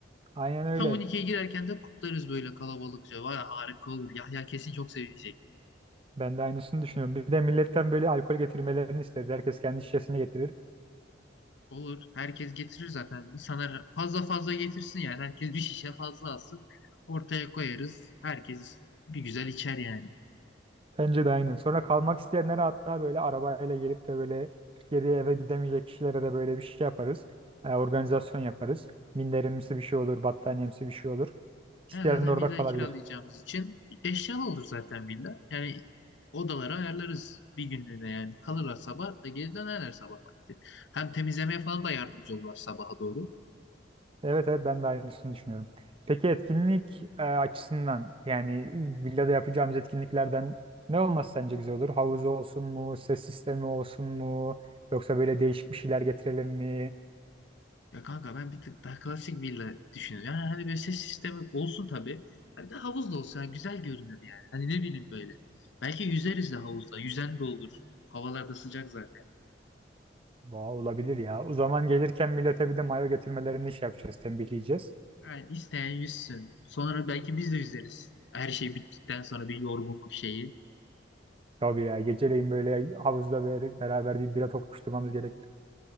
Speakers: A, on the right; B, on the left.
A: aynen öyle.
B: Tam on ikiye girerken de kutlarız böyle kalabalıkça. Vay harika olur. Yahya kesin çok sevinecek.
A: Ben de aynısını düşünüyorum. Bir de milletten böyle alkol getirmelerini isteriz. Herkes kendi şişesini getirir.
B: Olur. Herkes getirir zaten. İnsanlar fazla fazla getirsin yani. Herkes bir şişe fazla alsın. Ortaya koyarız. Herkes bir güzel içer yani.
A: Bence de aynen. Sonra kalmak isteyenlere hatta böyle arabayla gelip de böyle geri eve gidemeyecek kişilere de böyle bir şey yaparız. E, organizasyon yaparız. Minderimsi bir şey olur, battaniyemsi bir şey olur. İsteyen
B: Yani zaten
A: de orada
B: villayı
A: kalabilir.
B: kiralayacağımız için eşyalı olur zaten villa. Yani odalara ayarlarız bir günlüğüne yani. Kalırlar sabah da geri dönerler sabah vakti. Hem temizlemeye falan da yardımcı olurlar sabaha doğru.
A: Evet evet ben de aynısını düşünüyorum. Peki etkinlik e, açısından yani villada yapacağımız etkinliklerden ne olması sence güzel olur? Havuz olsun mu? Ses sistemi olsun mu? Yoksa böyle değişik bir şeyler getirelim mi?
B: Ya kanka ben bir tık daha klasik villa düşünüyorum. Yani hani böyle ses sistemi olsun tabii. Ha Bir de havuz da olsa yani güzel görünür yani. Hani ne bileyim böyle. Belki yüzeriz de havuzda. Yüzen de olur. Havalar da sıcak zaten.
A: Vay, olabilir ya. O zaman gelirken millete bir de mayo getirmelerini şey yapacağız, tembihleyeceğiz.
B: Yani isteyen yüzsün. Sonra belki biz de yüzeriz. Her şey bittikten sonra bir yorgunluk şeyi.
A: Tabii ya geceleyin böyle havuzda böyle beraber bir bira tokuşturmamız gerekir.